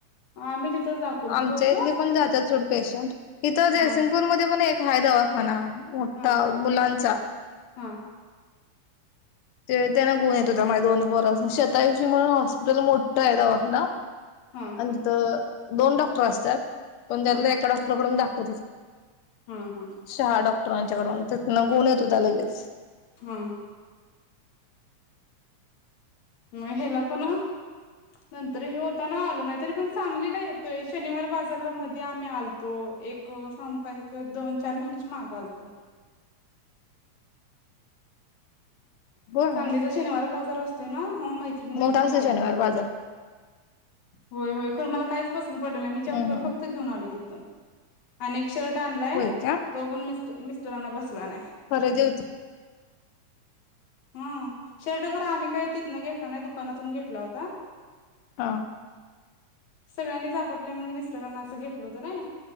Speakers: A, on the left; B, on the left.
A: आम्ही तिथंच दाखवतो
B: आमच्या
A: होतो
B: इथले पण जातात थोडे पेशंट इथ जयसिंगपूर
A: हा
B: मध्ये पण एक हाय दवाखाना मोठा
A: हां
B: मुलांचा
A: हा.
B: ते त्यांना गुण येत होता माझ्या दोन्ह पोर असुन शेताएवशी म्हणून हॉस्पिटल मोठं आहे दवाखाना
A: हा.
B: आणि तिथ दोन डॉक्टर असतात. पण त्यातला
A: हा
B: एका डॉक्टरकडून दाखवतच
A: हा हा
B: शहा डॉक्टरांच्याकडून त्या न गोण येत होता लगेच,
A: हा हा हेला पण नंतर हे होताना आलो नाही तरी पण सांगलीला येतोय शनिवार बाजारला मध्ये आम्ही आलो. तो एक सम का एक दोन चार महिन्याची मागे आलतो.
B: ब
A: सांगलीचा शनिवार बाजार असतो ना मैत्रिणी मैत्रिणी
B: मोठा असतो
A: आलतो
B: शनिवार
A: आम्ही
B: बाजार
A: होय होय खरं मला कायच पसंत पडले नाही मी चप्पल
B: हम्म हम्म
A: फक्त घेऊन आले तिथून आणि एक शर्ट आणलाय
B: होय का
A: तो पण मिस् मिस्टरांना बसला नाही.
B: खरेदी होती.
A: हम शर्ट खर आम्ही काही तिथनं घेतला नाही दुकानातून घेतला होता.
B: हां
A: सगळ्यांच आपपल्या म्हणज मिस्टरांना घल